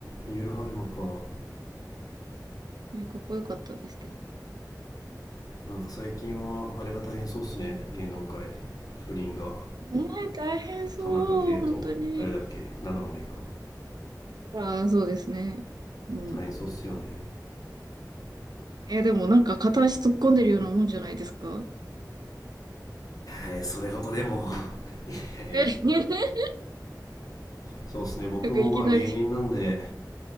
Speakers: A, on the left; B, on the right.
A: 三浦春馬か
B: ね、かっこよかったんですけど。
A: なんか最近はあれが大変そうっすね芸能界不倫が
B: ねえ、大変そう、
A: 田中圭と誰だっけ長野メイか
B: 本当に。ああ、そうですね。うんうん。
A: 大変そうっすよね
B: え、でもなんか片足突っ込んでるようなもんじゃないですか
A: はいそれほどでもいやいや
B: え、<laughs>
A: そうっすね僕もまあ芸人なんで
B: なんかいきなり、